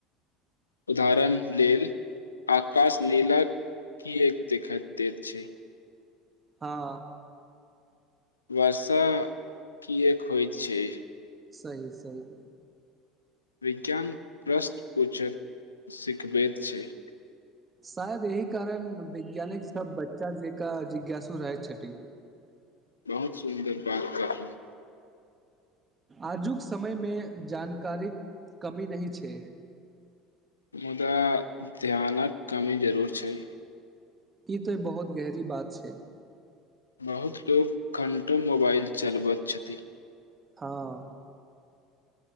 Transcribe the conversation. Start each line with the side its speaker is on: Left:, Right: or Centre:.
Left: उदाहरण लेल आकाश नीला किएक देखा दैत छैय
Right: हँ
Left: वर्षा किएक होईत छैय
Right: सहि सहि
Left: विज्ञान प्रश्न पूछैत सिखबैत छैय।
Right: शायद यह कारण वैज्ञानिक सब बच्चा जेका जिज्ञासु रहै छथ
Left: बहुत सुन्दर बात कहलव
Right: आजुक समय मे जानकारीक कमी नहि छैय।
Left: मुदा ध्यानक कमी जरूर छै
Right: ई तो बहुत गहरी बात छै
Left: बहुत लोक घण्टो मोबाइल चलबैत छथि
Right: हँ